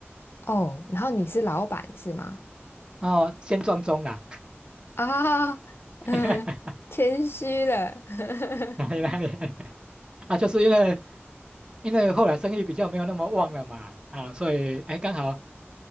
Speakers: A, on the left; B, on the right.
A: 哦，然后你是老板是吗？
B: 哦，先撞钟啦，
A: 啊，<laughs> 嗯，
B: <laughs>
A: 谦虚了，
B: 哪里哪里
A: <laughs>
B: 啊，就是因为因为后来生意比较没有那么旺了嘛，啊，所以哎刚好